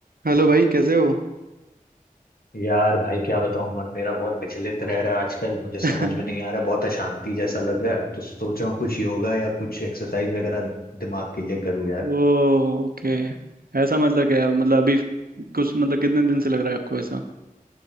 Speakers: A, on the right (about 80°); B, on the left (about 85°).
A: Hello भाई कैसे हो
B: यार भाई क्या बताऊं मन मेरा बहुत विचलित रह रहा है आजकल मुझे समझ
A: <laughs>
B: में नहीं आ रहा है बहुत अशांति जैसा लग रहा है तो सोच रहा हूँ कुछ योगा या कुछ एक्सरसाइज वगैरह दिमाग के लिए करूँ यार
A: ओ ओके ऐसा मतलब क्या है मतलब अभी कुछ मतलब कितने दिन से लग रहा है आपको ऐसा